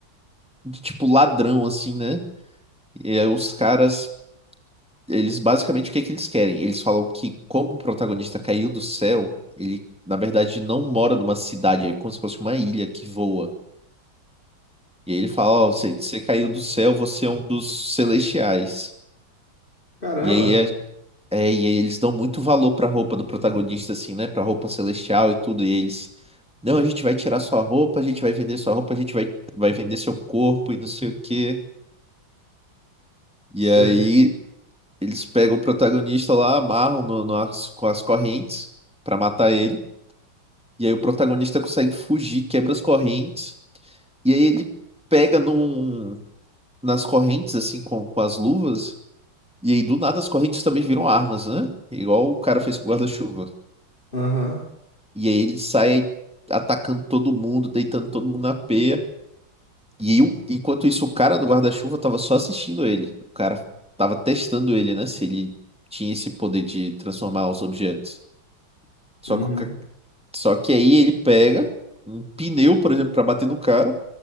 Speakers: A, in the centre; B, on the left.
A: de tipo ladrão, assim, né? E aí os caras Eles basicamente o que é que eles querem? Eles falam que como o protagonista caiu do céu, ele na verdade não mora numa cidade, é como se fosse uma ilha que voa. E aí ele fala, ó, você, você caiu do céu, você é um dos celestiais.
B: Caramba,
A: E aí é, é, e aí eles dão muito valor pra roupa do protagonista assim, né, pra roupa celestial e tudo, e eles Não, a gente vai tirar sua roupa, a gente vai vender sua roupa, a gente vai, vai vender seu corpo e não sei o quê. E
B: sei.
A: aí Eles pegam o protagonista lá, amarram no, no- as- com as correntes pra matar ele. E aí o protagonista consegue fugir, quebra as correntes. E aí ele pega num, nas correntes, assim, com, com as luvas. E aí do nada as correntes também viram armas, né? Igual o cara fez com o guarda-chuva.
B: Aham,
A: E aí ele sai atacando todo mundo, deitando todo mundo na peia. E aí, o- enquanto isso, o cara do guarda-chuva tava só assistindo ele. O cara tava testando ele, né? Se ele tinha esse poder de transformar os objetos. Só
B: uhum,
A: que, o ca- só que aí ele pega um pneu, por exemplo, pra bater no cara,